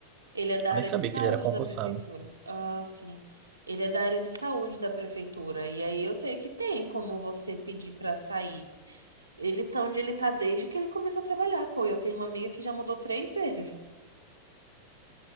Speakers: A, on the right; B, on the right.
A: Ele é da
B: Eu
A: área
B: nem sabia
A: de saúde
B: que ele era concursado.
A: da prefeitura. Ah, sim. Ele é da área de saúde da prefeitura. E aí eu sei que tem como você pedir pra sair. Ele tá onde ele tá desde que ele começou a trabalhar. Pô, eu tenho uma amiga que já mudou três <laughs> vezes.